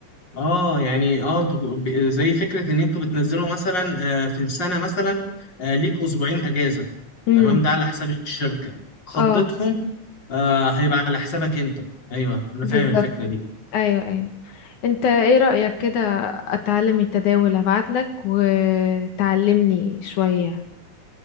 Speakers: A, on the left; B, on the left.
A: اه يعني اه انتوا ب- زي فكره ان انتوا بتنزلوا مثلا آه، في السنه مثلا آه، ليك اسبوعين اجازه
B: امم
A: تمام ده على حساب الشركه خطتهم
B: اه
A: آه، هيبقى على حسابك انت ايوه انا
B: بالظبط
A: فاهم الفكره دي
B: ايوه ايوه انت ايه رأيك كده اتعلم التداول ابعتلك وتعلمني شوية